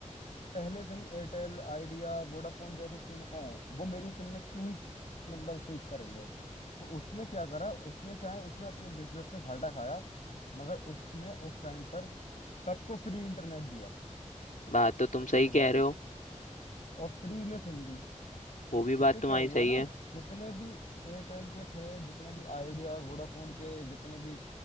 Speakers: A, on the left; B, on the left.
A: पहले से ही एयरटेल आइडिया वोडाफोन जैसे सिम हैं वो मेरी सिम में क्यों ही मतलब स्विच करेंगे तो उसने क्या करा उसने चाहे उसने अपने बिजनेस में घाटा खाया मगर उसने उस टाइम पर सबको फ्री इंटरनेट दिया
B: बात तो तुम सही
A: शुरुआत
B: कह रहे
A: में
B: हो
A: और फ्री में सिम दी
B: वो भी
A: इससे
B: बात
A: क्या
B: तुम्हारी
A: हुआ
B: सही
A: ना
B: है
A: जितने भी एयरटेल के थे जितने भी आइडिया और वोडाफोन के जितने भी